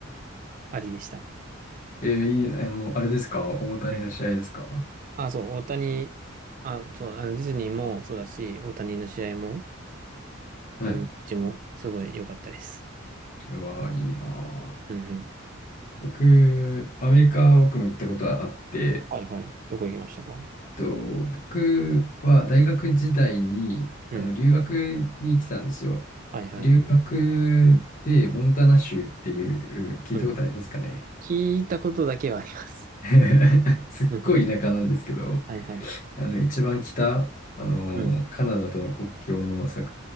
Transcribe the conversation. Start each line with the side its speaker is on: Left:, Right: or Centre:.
Right: ありでした。
Left: い。えーいいな、あの、あれですか大谷の試合ですか
Right: うん。あ、そう、大谷、あ、そう、あの、ディズニーもそうだし、大谷の試合も、
Left: はい。
Right: あの、うちもすごい良かったです。
Left: うわー、いいなー。
Right: うんうん。
Left: 僕、アメリカ、僕も行ったことはあって、
Right: はいはい。どこ行きましたか
Left: と、僕は大学時代にあの留学に行ってたんですよ。
Right: うん。はいはい。
Left: 留学でモンタナ州っていう、聞いたことありますかね
Right: うん。聞いたことだけはあります。
Left: <laughs> すっごい田舎なんですけど、
Right: うんうん。はいはい。
Left: あの一番北、あのカナダとの国境の境
Right: うん。